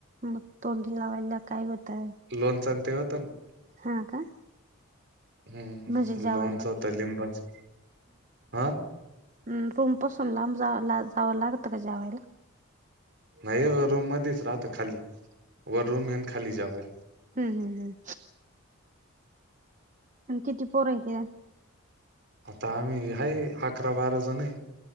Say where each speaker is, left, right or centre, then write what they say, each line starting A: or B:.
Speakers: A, on the right; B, on the right.
A: मग तोंडी लावायला काय होतय
B: लोनचा ते होत ना.
A: हां का.
B: हम्म
A: म्हणजे जेवायला
B: लोनचा तलीम बस हा.
A: ह रूम पासून लांब जा जावं लागतं का जेवायला.
B: नाही रूम मध्येच राहत खाली व रूम येन खाली जावाय.
A: हम् हम् हम्. आणि किती पोरय क.
B: आता आम्ही हा अकरा बारा जण आहे.